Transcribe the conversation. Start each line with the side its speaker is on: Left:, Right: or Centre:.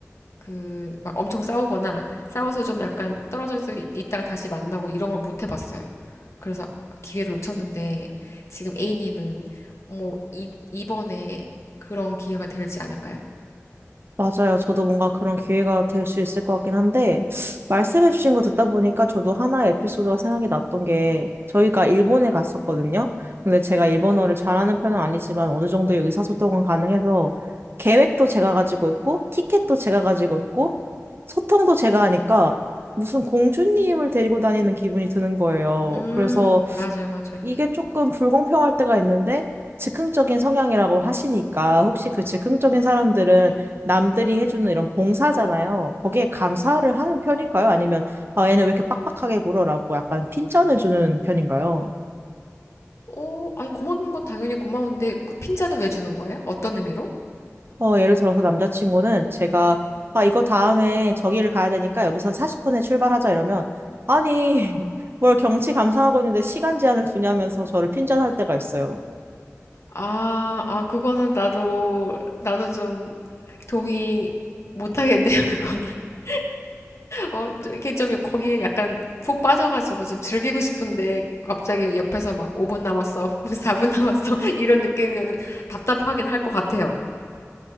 Left: 그 막 엄청 싸우거나 싸워서 좀 약간 떨어져서 이- 있다가 다시 만나고 이런 걸 못 해봤어요. 그래서 기회를 놓쳤는데 지금 A님은 뭐 이, 이번에 그런 기회가 되지 않을까요?
Right: 맞아요. 저도 뭔가 그런 기회가 될 수 있을 것 같긴 한데, 말씀해주신 거 듣다 보니까 저도 하나의 에피소드가 생각이 났던 게, 저희가 일본에 갔었거든요. 근데 제가 일본어를 잘하는 편은 아니지만 어느 정도의 의사소통은 가능해서, 계획도 제가 가지고 있고, 티켓도 제가 가지고 있고, 소통도 제가 하니까, 무슨 공주님을 데리고 다니는 기분이 드는 거예요.
Left: 음,
Right: 그래서
Left: 맞아요, 맞아요.
Right: 이게 조금 불공평할 때가 있는데 즉흥적인 성향이라고 하시니까 혹시 그 즉흥적인 사람들은 남들이 해주는 이런 봉사잖아요. 거기에 감사를 하는 편인가요? 아니면 아, 얘는 왜 이렇게 빡빡하게 굴어라고 약간 핀잔을 주는 편인가요?
Left: 오, 아니, 고마운 건 당연히 고마운데, 그 핀잔을 왜 주는 거예요? 어떤 의미로?
Right: 어, 예를 들어서 남자친구는 제가 아, 이거 다음에 저기를 가야 되니까 여기선 40분에 출발하자 이러면 아니 <laughs> 뭘 경치 감상하고 있는데 시간 제한을 두냐면서 저를 핀잔할 때가 있어요.
Left: 아, 아, 그거는 나도, 나도 좀 동의 못하겠네요, 그거는. <laughs> 어, 좀 이렇게 좀 거기에 약간 푹 빠져가지고 좀 즐기고 싶은데, 갑자기 옆에서 막 5분 남았어, <laughs> 뭐 4분 남았어, <laughs> 이런 느낌이면은 답답하긴 할 것 같아요.